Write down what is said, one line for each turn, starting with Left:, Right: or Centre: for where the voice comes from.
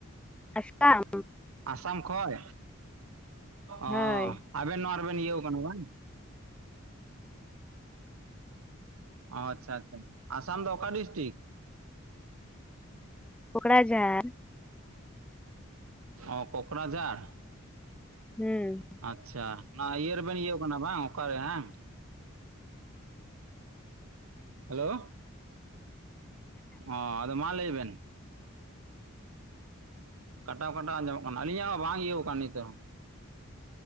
Centre: ᱟᱥᱟᱢ
Right: ᱟᱥᱟᱢ ᱠᱷᱚᱡ ᱚ
Centre: ᱦᱳᱭ
Right: ᱟᱵᱮᱱ ᱱᱚᱣᱟ ᱨᱮᱵᱮᱱ ᱤᱭᱟᱹᱣ ᱠᱟᱱᱟ ᱵᱟᱝ ᱟᱪᱪᱷᱟ ᱟᱪᱪᱷᱟ ᱟᱥᱟᱢ ᱫᱚ ᱚᱠᱟ ᱰᱤᱥᱴᱤᱠ
Centre: ᱯᱚᱠᱲᱟ ᱡᱷᱟᱨ
Right: ᱚ ᱠᱚᱠᱨᱟᱡᱟᱨ
Centre: ᱦᱩᱸ
Right: ᱟᱪᱪᱷᱟ ᱱᱚᱣᱟ ᱤᱭᱟᱹ ᱨᱮᱵᱮᱱ ᱤᱭᱟᱹᱣ ᱠᱟᱱᱟ ᱵᱟᱝ ᱚᱠᱟᱨᱮ ᱵᱟᱝ ᱦᱮᱞᱳ ᱚ ᱟᱫᱚ ᱢᱟ ᱞᱟᱹᱭ ᱵᱮᱱ ᱠᱟᱴᱟᱣ ᱠᱟᱴᱟᱣ ᱟᱸᱡᱚᱢᱚᱜ ᱠᱟᱱᱟ ᱟᱹᱞᱤᱧᱟᱜ ᱦᱚᱸ ᱵᱟᱝ ᱤᱭᱟᱹ ᱠᱟᱱᱟ ᱱᱤᱛ ᱦᱚᱸ